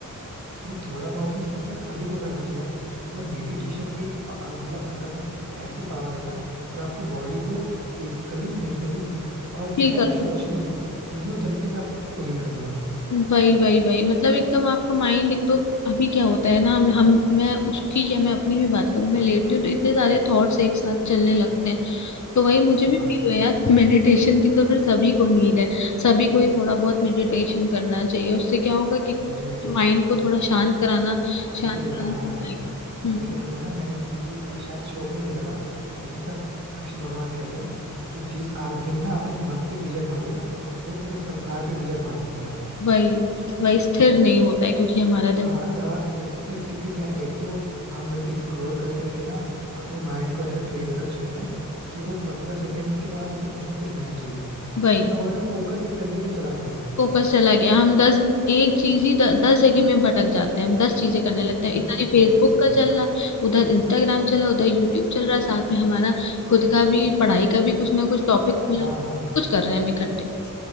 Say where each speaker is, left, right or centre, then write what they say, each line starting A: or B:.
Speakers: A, on the right (about 55°); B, on the left (about 60°).
A: नहीं थोड़ा बहुत नहीं इनफैक्ट सभी को करना चाहिए यार मतलब मेडिटेशन के एक पा- अ, मतलब अंदर ना ऐसी पावर है ना जो आपकी बॉडी को फिजिकली मेंटली और
B: चिल
A: इनफैक्ट
B: कर
A: सोशली
B: लो
A: तीनों तरीके से आपको हील कर देगा वो
B: वही वही वही मतलब एकदम आपका माइंड एक तो अभी क्या होता है ना हम हम मैं उसकी या मैं अपनी भी बात करूं मैं लेटती हूँ तो इतने सारे थॉट्स एक साथ चलने लगते हैं तो वही मुझे
A: हाँ
B: भी फील हुआ यार <laughs> मेडिटेशन की तो फिर सभी को नीड है सभी को ही थोड़ा बहुत मेडिटेशन करना चाहिए उससे क्या होगा कि
A: मुझे
B: माइंड को थोड़ा शांत कराना
A: मुझे
B: शांत कराना
A: याद
B: सीख
A: आ रहा
B: लेंगे।
A: है
B: हम्म
A: जैसे मतलब ना मैंने किसी अ, शायद शो में ही देखा था जिसमें शायद कृष्ण भगवान कहते हैं कि जिस आदमी ने ना अपने मन पे विजय पा ली ना वो पूरे संसार पे विजय पा सकता है
B: वही वही स्थिर नहीं होता है क्योंकि हमारा
A: हाँ
B: दिमाग
A: और स्थिर क्योंकि क्या है, एक तो हम वैसे स्क्रॉल कर करके ना अपने माइंड को ऐसा ट्रेन कर चुके हैं कि वो पंद्रह सेकंड के बाद उसे कुछ ना कुछ नया चाहिए
B: वही
A: मतलब वो है ना फोकस एक तरीके से चला गया है
B: फोकस चला गया हम दस एक चीज ही द, दस जगह में भटक जाते हैं हम दस चीजें करने लगते हैं
A: Exactly
B: इधर ही फेसबुक
A: exactly.
B: का चल रहा उधर इंस्टाग्राम चला उधर यूट्यूब चल रहा है साथ में हमारा खुद का भी पढ़ाई का भी कुछ ना कुछ टॉपिक खुला
A: हाँ
B: है,
A: हाँ
B: कुछ कर रहे हैं हम इकट्ठे